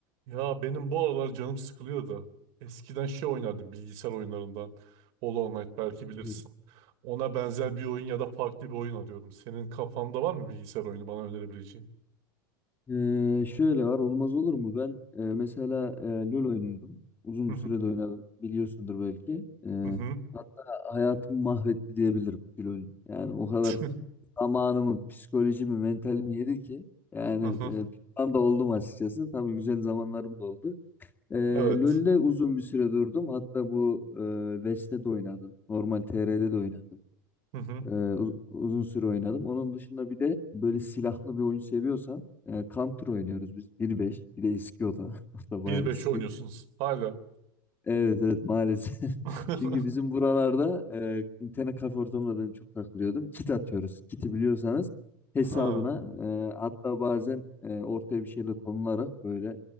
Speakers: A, on the right; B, on the left.
A: Ya benim bu aralar canım sıkılıyor da. Eskiden şey oynardım bilgisayar oyunlarından. Hollow Knight belki bilirsin.
B: Evet.
A: Ona benzer bir oyun ya da farklı bir oyun arıyorum. Senin kafanda var mı bilgisayar oyunu bana önerebileceğin?
B: Ee, şöyle var olmaz olur mu? Ben e, mesela e, LoL oynuyorum. Uzun
A: Hı hı.
B: bir sürede oynadım. Biliyorsundur belki. Ee,
A: Hı hı.
B: hatta hayatımı mahvetti diyebilirim LoL. Yani o kadar
A: <laughs>
B: zamanımı, psikolojimi, mentalimi yedi ki yani
A: Hı hı.
B: e, pişman da oldum açıkçası. Tabii güzel zamanlarım da oldu. Ee,
A: Evet.
B: LoL'de uzun bir süre durdum. Hatta bu e, West'te de oynadım. Normal TR'de de oynadım.
A: Hı hı.
B: Ee, uz- uzun süre oynadım. Onun dışında bir de böyle silahlı bir oyun seviyorsan e, Counter oynuyoruz biz. bir beş, bir de eski o da. <laughs> O da bayağı
A: 1-5
B: eski.
A: oynuyorsunuz hala.
B: Evet evet maalesef.
A: <laughs>
B: <laughs> Çünkü bizim buralarda e, internet kafe ortamında ben çok takılıyordum. Kit atıyoruz. Kiti biliyorsanız hesabına
A: Ha.
B: e, hatta bazen e, ortaya bir şeyle konularak böyle